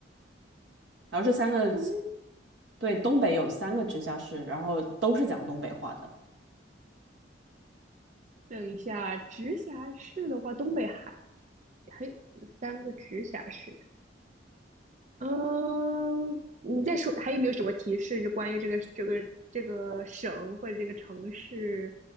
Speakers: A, on the right (about 80°); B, on the right (about 40°).
A: 然后这三个
B: 东
A: 对东北有三个直辖市，然后都是讲东北话的，
B: 等一下，直辖市的话，东北还还有三个直辖市，嗯，你再说还有没有什么提示？就关于这个这个这个省或者这个城市？